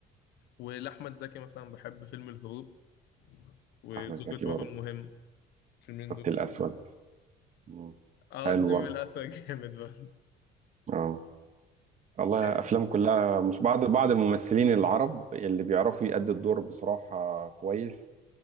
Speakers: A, on the left; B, on the right.
A: ولاحمد زكي مثلا بحب فيلم الهروب وزوجة
B: احمد زكي برضه
A: رجل مهم الفيلمين
B: خط
A: دول
B: الاسود مم.
A: اه
B: حلو
A: النمر
B: برضه
A: الاسود جامد برضه.
B: اه والله
A: <laughs>
B: افلام كلها مش بعض بعض الممثلين العرب اللي بيعرفوا يأدوا الدور بصراحه كويس